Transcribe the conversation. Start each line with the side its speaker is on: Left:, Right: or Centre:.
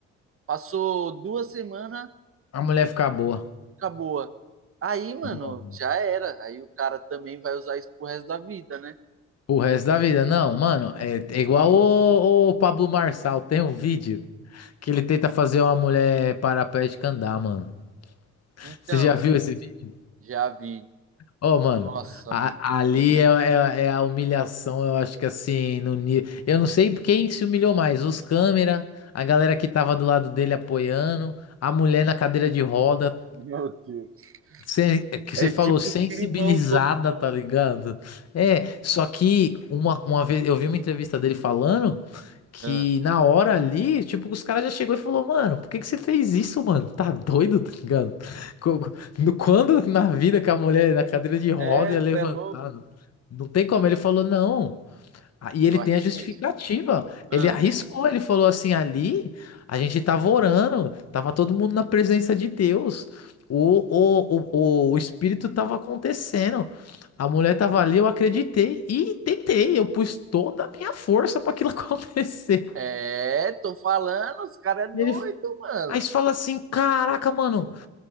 Right: passou duas semanas,
Left: A mulher ficar boa.
Right: acabou. Aí, mano,
Left: Não.
Right: já era. Aí o cara também vai usar isso pro resto da vida, né?
Left: O resto da vida, não, mano, é, é igual o, o Pablo Marçal, tem um vídeo que ele tenta fazer uma mulher paraplégica andar, mano.
Right: Então,
Left: Você já viu esse vídeo?
Right: já vi.
Left: Ô, mano,
Right: Nossa,
Left: a-
Right: mano, que
Left: ali
Right: triste.
Left: é, é- é a humilhação, eu acho que assim, no nível. Eu não sei quem se humilhou mais, os câmera, a galera que tava do lado dele apoiando, a mulher na cadeira de roda,
Right: Meu Deus.
Left: Cê- é que
Right: É
Left: você falou
Right: tipo
Left: sensibilizada,
Right: climão total.
Left: tá ligado? É, só que uma, uma vez eu vi uma entrevista dele falando que
Right: Ah,
Left: na hora ali, tipo, os caras já chegou e falou, mano, por que que você fez isso, mano? Tá doido, tá ligado? Co- no- Quando na vida que a mulher na cadeira de roda
Right: É,
Left: ia levantar,
Right: cê é louco.
Left: não tem como. Ele falou, não. Ah, E ele
Right: eu arrisquei.
Left: tem a justificativa.
Right: Ah,
Left: Ele arriscou, ele falou assim: ali a gente estava orando, estava todo mundo na presença de Deus. O, o, o, o espírito estava acontecendo. A mulher estava ali, eu acreditei e tentei. Eu pus toda a minha força para aquilo <laughs> acontecer.
Right: É, tô falando, os caras é doido,
Left: E ele,
Right: mano.
Left: aí você fala assim: caraca, mano.